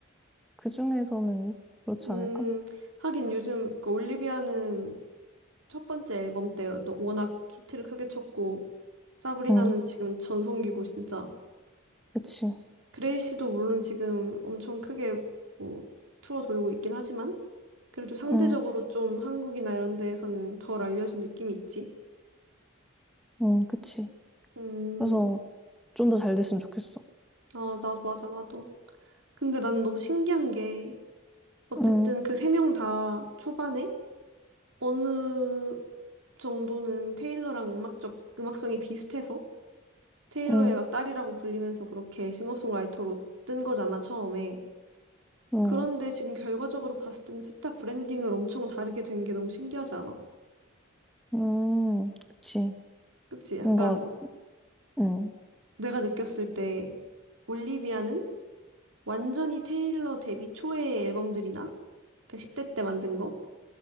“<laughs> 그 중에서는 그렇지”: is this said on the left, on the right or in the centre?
Centre